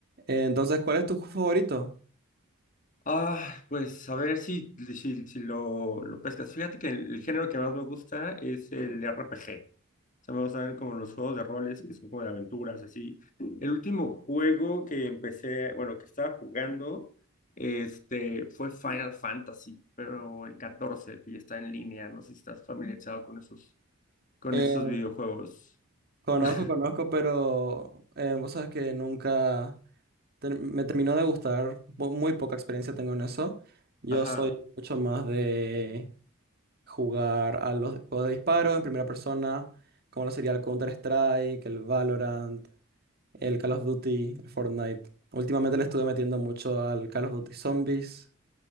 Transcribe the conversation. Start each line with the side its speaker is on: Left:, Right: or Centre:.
Right: Eh, Entonces, ¿cuál es tu juego favorito?
Left: Ah, pues a ver si, si, si lo, lo pescas. Fíjate que el, el género que más me gusta es el RPG. O sea, me gustan como los juegos de roles que son como de aventuras, así. El último juego que empecé, bueno, que estaba jugando, este, fue Final Fantasy, pero el 14, el que ya está en línea. No sé si estás familiarizado con esos, con
Right: Eh,
Left: esos videojuegos.
Right: conozco,
Left: <laughs>
Right: conozco, pero eh, vos sabes que nunca ter- me terminó de gustar. po- Muy poca experiencia tengo en eso. Yo
Left: Ajá.
Right: soy mucho más de jugar a los juegos de disparos en primera persona, como lo sería el Counter-Strike, el Valorant, el Call of Duty, el Fortnite. Últimamente le estuve metiendo mucho al Call of Duty Zombies.